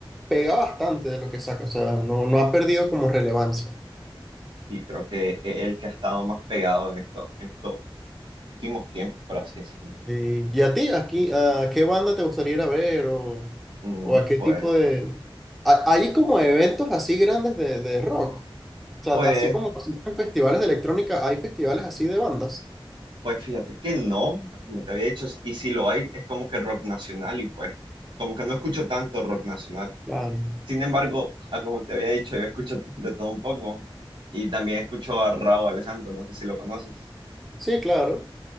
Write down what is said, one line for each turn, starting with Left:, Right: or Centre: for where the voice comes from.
Centre: pega bastante de lo que saca, o sea, no, no ha perdido como relevancia.
Right: Sí, creo que es el que ha estado más pegado en esto, en estos últimos tiempos, por así decirlo.
Centre: Sí. ¿Y a ti, aquí, a qué banda te gustaría ir a ver o,
Right: Mm,
Centre: o a qué
Right: pues,
Centre: tipo de... a- Hay como eventos así grandes de, de rock. O sea,
Right: pues,
Centre: así como existen festivales de electrónica, hay festivales así de bandas.
Right: pues fíjate que no, como te había dicho, y si lo hay, es como que rock nacional, y pues, como que no escucho tanto rock nacional.
Centre: Claro.
Right: Sin embargo, a como te había dicho, yo escucho de todo un poco y también escucho a Raúl Alejandro, no sé si lo conoces.
Centre: Sí, claro.